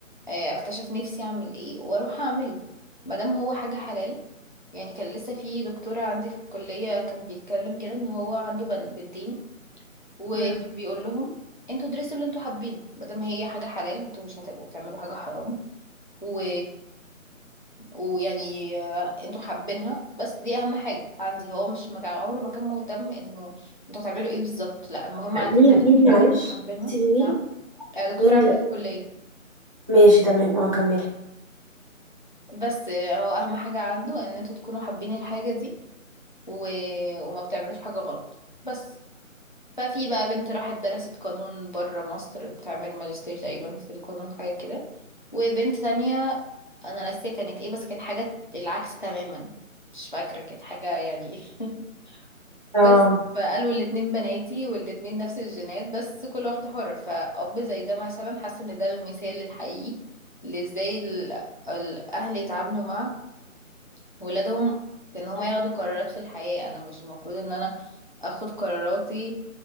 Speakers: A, on the left (about 40°); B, on the right (about 25°).
A: آه، اكتشف نفسي اعمل ايه واروح اعمله مادام هو حاجة حلال يعني كان لسه في دكتورة عندي في الكلية كان بيتكلم كده ان هو عنده بن- بنتين وكان
B: مم.
A: بيقول لهم انتوا درسوا اللي انتوا حابينه مادام هي حاجة حلال انتوا مش هتبقوا بتعملوا حاجة حرام و... ويعني آه، انتوا حابينها بس دي اهم حاجة عندي هو مش مكان عمره ما كان مهتم انه انتوا هتعملوا ايه بالظبط لا المهم عندي
B: مين
A: انها تكون
B: مين
A: حاجة
B: معلش
A: انتوا حابينها
B: قلتيلي مين
A: نعم. آه، دكتورة
B: مين
A: عندي
B: لا
A: في الكلية
B: ماشي تمام اه كملي
A: بس آه، هو اهم حاجة عنده ان انتوا تكونوا حابين الحاجة دي و... وما بتعملوش حاجة غلط بس ففي بقى بنت راحت درست قانون بره مصر بتعمل ماجستير تقريبا في القانون حاجة كده وبنت تانية أنا ناسية كانت ايه بس كانت حاجة العكس تماما مش فاكرة كانت حاجة يعني <laughs>
B: اه
A: بس فقالوا الاتنين بناتي والاتنين نفس الجينات بس كل واحدة حرة فأب زي ده مثلا حاسة ان ده المثال الحقيقي لازاي ال- الأهل يتعاملوا مع ولادهم في ان هما ياخدوا قرارات في الحياة انا مش المفروض ان انا اخد قراراتي